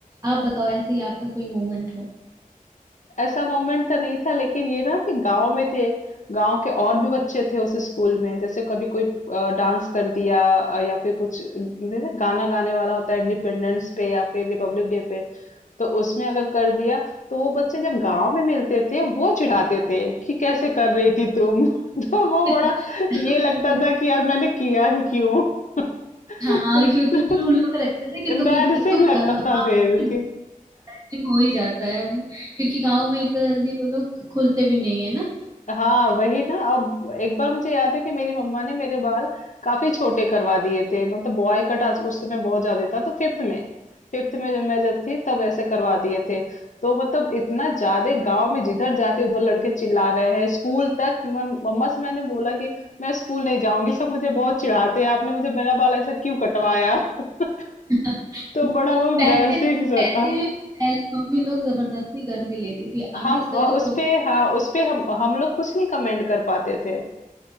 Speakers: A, on the right (about 25°); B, on the left (about 60°).
A: आप बताओ ऐसे ही आपका कोई मोमेंट हो
B: ऐसा मोमेंट तो नहीं था लेकिन ये ना कि गांव में थे गांव के और भी बच्चे थे उस स्कूल में जैसे कभी कोई डांस कर दिया अ, या फिर कुछ जैसे गाना गाने वाला होता है इंडिपेंडेंस पे या फिर रिपब्लिक डे पे तो उसमें अगर कर दिया तो वो बच्चे जब गांव में मिलते थे वो चिढ़ाते थे कि कैसे कर रही थी तुम <laughs> तो वो
A: <laughs>
B: बड़ा ये लगता था कि यार मैंने किया ही क्यों <laughs>
A: हाँ
B: उस-
A: क्योंकि फिर उन लोग का लगता है ना कि
B: एम्बैरसिंग
A: तुम एक, एक तो अ,
B: लगता
A: बाप
B: था फिर
A: के
B: कि
A: bashing हो ही जाता है वो क्योंकि गांव में इतना जल्दी वो लोग खुलते भी नहीं है ना
B: हाँ वही ना अब एक बार मुझे याद है कि मेरी मम्मा ने मेरे बाल काफी छोटे करवा दिए थे मतलब बॉय कट आज उस समय बहुत ज्यादा था तो फिफ्थ में फिफ्थ में जब मैं जब थी तब ऐसे करवा दिए थे तो मतलब इतना ज्यादा गांव में जिधर जाते उधर लड़के चिल्ला रहे हैं स्कूल तक मैं मम्मा से मैंने बोला कि मैं स्कूल नहीं जाऊंगी सब मुझे बहुत चिढ़ाते हैं आपने मुझे मेरा बाल ऐसा क्यों कटवाया <laughs>
A: <laughs>
B: तो
A: पहले
B: बड़ा वो एम्बैरसिंग
A: पहले
B: सा था
A: पहले मम्मी लोग जबरदस्ती कर भी लेती थी
B: हम
A: आजकल
B: वह-
A: तो कोई
B: उस
A: नहीं
B: पे हाँ
A: करता।
B: उस पे हम हम लोग कुछ नहीं कमेंट कर पाते थे